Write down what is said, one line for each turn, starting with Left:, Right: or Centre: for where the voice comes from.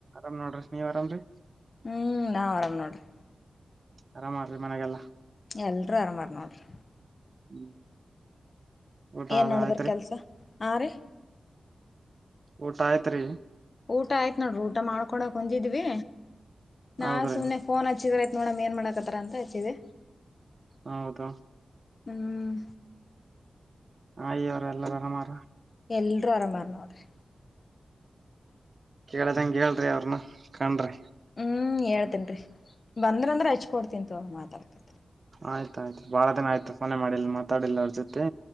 Right: ಆರ ನೋಡ್ರರಿ ಸ್ ನೀವ್ರಾಮ ರರಿ
Left: ಹ್ಮ್ ನಾವ್ ಆರಾಮ್ ನೋಡ್ರಿ
Right: ಅರಾಮ್ ಮಾಡ್ರಿ ಮನೆಗೆಲ್ಲಾ
Left: ಎಲ್ರೂ ಆರಾಮಾರ್ರೆ ನೋಡ್ರಿ
Right: ಹ್ಮ್ ಊಟ
Left: ಏನ್
Right: ಅದ
Left: ನೆಡ್ದರ್
Right: ಆಯ್ತ್ರಿ
Left: ಕೆಲ್ಸ ಆ ರೀ
Right: ಊಟ ಆಯ್ತ್ರಿ
Left: ಊಟ ಆಯ್ತು ನೋಡ್ರಿ ಊಟ ಮಾಡ್ಕೊಡೆ ಕುಂತಿದ್ವಿ ನಾ
Right: ಹೌದ್ರಿ
Left: ಸುಮ್ಮನೆ ಫೋನ್ ಹಚ್ಚಿದ್ರ ನೋಡಮ್ ಏನು ಮಾಡಕತ್ತರ ಅಂತ ಹಚ್ಚಿದೆ.
Right: ಆ ಹೌದು
Left: ಹ್ಮ್
Right: ಆಯಿರು ಎಲ್ಲಾರು ಅರಾಮಾರ
Left: ಎಲ್ರೂ ಅರಾಮ್ ಅವ್ರೆ ನೋಡ್ರಿ
Right: ಕೇಳದಂಗೆ ಹೇಳ್ರಿ ಅವ್ರನ್ನ ಕಂಡ್ರೆ
Left: ಹ್ಮ್ ಹೇಳ್ತೇನ್ರಿ ಬಂದ್ರಂದ್ರೆ ಹಚ್ಕೊಡ್ತಿಂತತೋ ಮಾತಾಡ್ಕತರೆ
Right: ಆಯ್ತಾ ಆಯ್ತು ರೀ ಬಹಳ ದಿನ ಆಯ್ತು ಫೋನೆ ಮಾಡಿಲ್ಲ ಮಾತಾಡಿಲ್ಲ ಅವ್ರ ಜೊತೆ